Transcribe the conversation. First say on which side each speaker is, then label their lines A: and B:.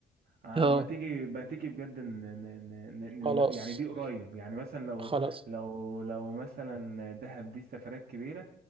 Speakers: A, on the right; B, on the right.
A: آه
B: اه
A: ما تيجي ما تيجي بجد ن... ن... ن... ن...
B: خلاص
A: ن- يعني دي قريب يعني مثلا لو
B: خلاص
A: لو لو مثلا دهب دي السفرات كبيرة